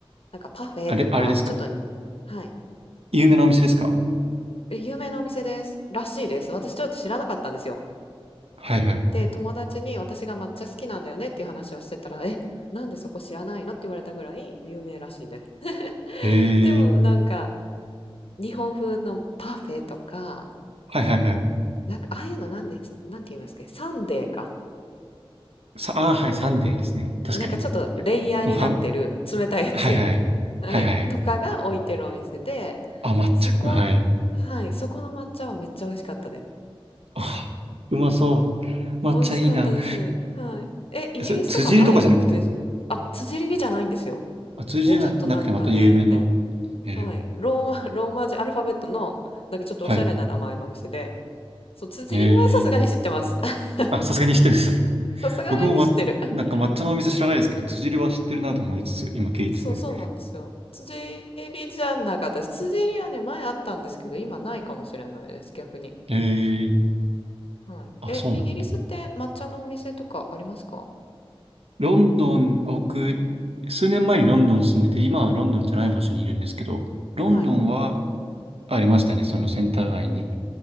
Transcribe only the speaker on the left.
なんかパフェとか、
ちょっと、はい、
何ですか。え、有名なお店です。らしいです。私ちょっと知らなかったんですよ。
で、友達に私が抹茶好きなんだよねっていう話をしてたら、え、なんでそこ知らないのって言われたぐらい有名らしいです。
<laughs> でもなんか、
日本風のパフェとか、
なんかああいうのなんで、なんて言いますか、サンデーか。
なんかちょっとレイヤーになってる冷たいやつ、
はい、
とかが置いてるお店で、
そこ、
はい、そこの抹茶はめっちゃ美味しかったです。
美味しかったです。はい。え、イギリスとかないです。
あ、辻利じゃないんですよ。
もうちょっとなんかね、
はい。ローマ、<laughs> ローマ字アルファベットの、なんかちょっとおしゃれな名前のお店で、
そう、辻りはさすがに知ってます。
<laughs>
さすがに知ってる。
<laughs>
そう、そうなんですよ。辻りじゃなかったです。辻りはね、前あったんですけど、今ないかもしれないです、逆に。
はい。
え、
イギリスって抹茶のお店とかありますか
はい。
はい。